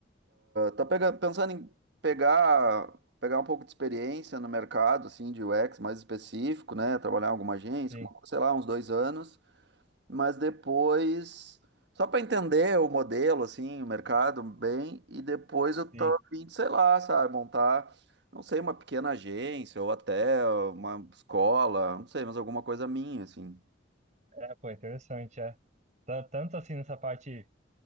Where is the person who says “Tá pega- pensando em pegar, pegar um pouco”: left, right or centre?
Right